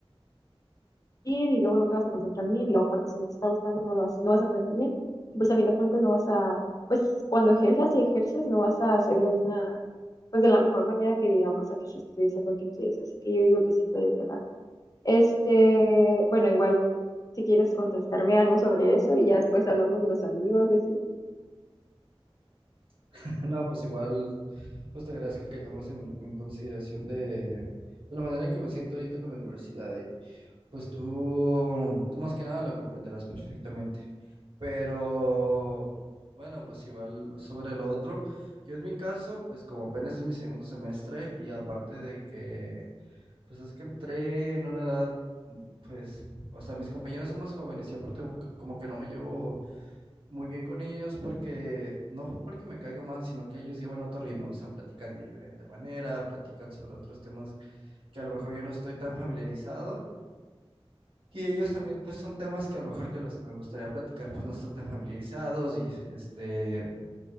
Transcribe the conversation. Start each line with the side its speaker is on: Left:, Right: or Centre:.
Left: bien y luego no te vas a concentrar bien y luego aparte si no te está gustando no lo vas, no vas a aprender bien. Y pues a fin de cuentas no vas a, pues cuando ejerzas y ejerces no vas a hacerlo de una, pues de la mejor manera que digamos a que si estudies algo que quieres. Así que yo digo que sí puedes llevar. Este, bueno, igual si quieres contestarme algo sobre eso y ya después hablamos de los amigos y así.
Right: <laughs> No, pues igual, pues te agradezco que tomes en, en consideración de, de la manera en que me siento ahorita con la universidad. Pues tú, tú más que nada lo comprenderás perfectamente. Pero bueno, pues igual sobre lo otro, yo en mi caso, pues como apenas es mi segundo semestre y aparte de que, pues es que entré en una edad, pues, o sea, mis compañeros son más jóvenes y aparte como que como que no me llevo muy bien con ellos porque no fue porque me caiga mal, sino que ellos llevan otro ritmo, o sea, platican de diferente manera, platican sobre otros temas que a lo mejor yo no estoy tan familiarizado. Y ellos también, pues son temas que a lo mejor que los que me gustaría platicar, pues no están tan familiarizados y este,